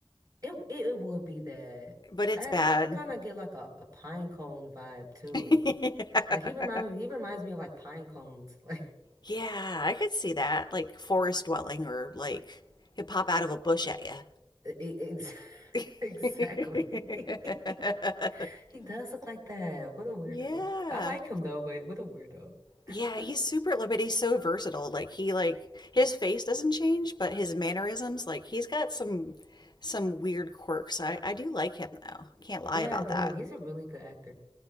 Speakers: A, on the right (about 45°); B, on the left (about 50°).
A: It, it it would be that.
B: but it's
A: I
B: bad.
A: I could kind
B: <laughs>
A: of get like a, a pine cone vibe too.
B: Yeah,
A: Like he reminds me, he reminds me of like pine cones. <laughs> Like
B: Yeah, I could see that. Like forest dwelling or like it pop out of a bush at you.
A: e- e- ex <laughs>
B: <laughs>
A: exactly. <laughs> He does look like that. What a weirdo.
B: Yeah.
A: I like him though, but what a weirdo. <laughs>
B: Yeah, he's super li- but He's so versatile. Like he like his face doesn't change, but his mannerisms, like he's got some some weird quirks. I I do like him though. Can't lie
A: Yeah,
B: about
A: dude,
B: that.
A: he's a really good actor.